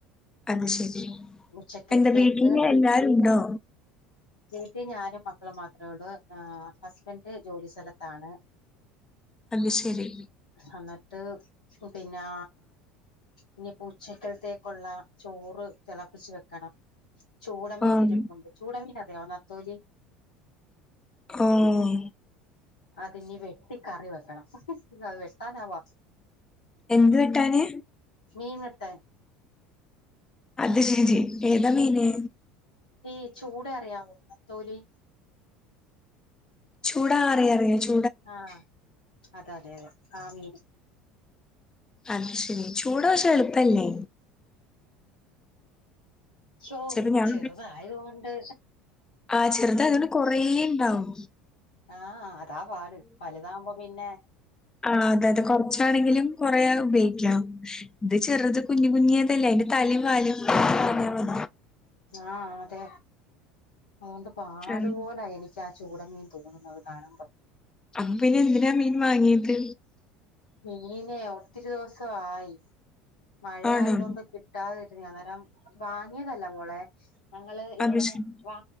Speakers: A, on the left; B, on the left.
A: അത് ശെരി
B: ഉച്ചക്കലത്തേക്ക്
A: എന്ത വീട്ടില് എല്ലാരും ഉണ്ടോ
B: വീട്ടിൽ ഞാനും മക്കളും മാത്രേ ഉള്ളൂ ആഹ് ഹസ്ബൻഡറ് ജോലി സ്ഥലത്താണ്
A: അത് ശരി
B: അന്നിട്ട് പിന്നാ ഇനിപു ഉച്ചക്കൽത്തേക്കുള്ള ചോറ് തിളപ്പിച്ചു വെക്കണം ചൂടമീൻ
A: ഓഹ്
B: ഇരിപ്പുണ്ട് ചൂടമീൻ അറിയാമൊ നത്തോലി
A: ആം
B: അതിന്നി വെട്ടിക്കറി വെക്കണം അത് വെട്ടാന പാ
A: എന്ത് വെട്ടാന്
B: മീൻ വെട്ടാൻ
A: അത് ശരി ഏതാ മീന്
B: ഈ ചൂടെ അറിയാവോ നത്തോലി
A: ചൂടാറിയറിയോ ചു
B: ആഹ് അതെ അതെ അതെ ആ മീ
A: അത് ശരി ചൂട വച്ചാ എളുപ്പല്ലേ
B: ശ്ശോ
A: ചിലപ്പോ ഞാൻ
B: ചെറുതായതു കൊണ്ട്
A: ആഹ് ചെറുതായതുകൊണ്ട് കൊറേ ഇണ്ടാവും
B: ആഹ് അതാ പാട് വലുതാവുമ്പോ പിന്നെ
A: ആഹ് അതെ അതെ കൊറച്ചാണെങ്കിലും കൊറേ ഉപയോഗിക്കാം ഇത് ചെറുത് കുഞ്ഞു കുഞ്ഞിയേതല്ലേ അതിന്റെ തലേം വാലും <inaudible> കളഞ്ഞാമതി
B: ആഹ് അതെ അതു കൊണ്ട് പാടുപോലായി
A: ഉം.
B: എനി ച്ചാ ചൂട മീൻ തോന്നുന്നത് കാണുംമ്പോ
A: അപ്പൊ പിന്നെ എന്തിനാ മീൻ വാങ്ങിയത്
B: മീനെ ഒത്തിരി ദിവസവായി മഴ
A: ആണോ
B: ആയതോണ്ട് കി <unintelligible> അന്നേരം വാങ്ങിയതല്ല മോളേ ഞങ്ങള് ഇവിടെ
A: അത് ശരി
B: വാ